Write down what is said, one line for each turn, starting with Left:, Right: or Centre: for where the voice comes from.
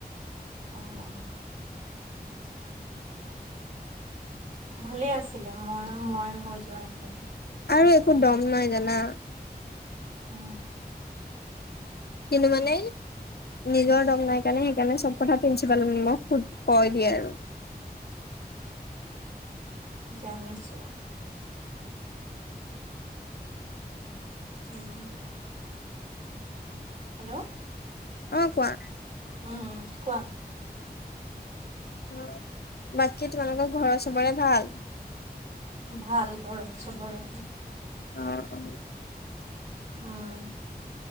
Right: আহ অ। ভালে আছিলে মই মই হৈ যোৱা হেঁতেন।
Left: আৰু একো দম নাই জানা।
Right: অ।
Left: কিন্তু মানে- নিজৰ দম নাই কাৰণে সেইকাৰণে চব কথা প্ৰিন্সিপালক নিমোক কয় দিয়ে আৰু।
Right: জানিছো। উম। হেল্ল'
Left: অ কোৱা।
Right: উম কোৱা।
Left: অ বাকী তোমালোকৰ ঘৰৰ চবৰে ভাল।
Right: ভাল ঘৰৰত চবৰে।
Left: অ অ।
Right: উম